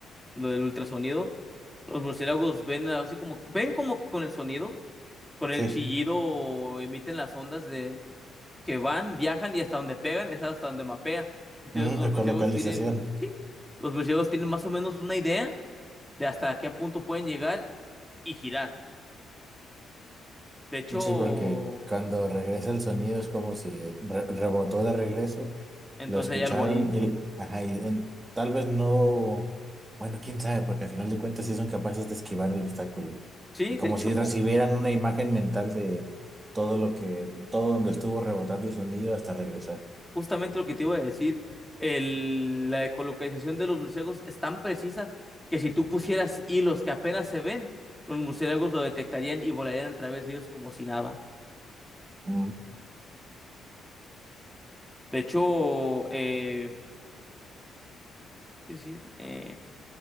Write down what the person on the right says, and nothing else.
sí,
ujú,
ecolocalización.
Sí, porque cuando regresa el sonido es como si re- rebotó de regreso,
lo escucharon
y, ajá, y, en- tal vez no, bueno, quién sabe, porque al final de cuentas sí son capaces de esquivar el obstáculo.
Como
si recibieran una imagen mental de todo lo que, todo donde estuvo rebotando el sonido hasta regresar.
Mm.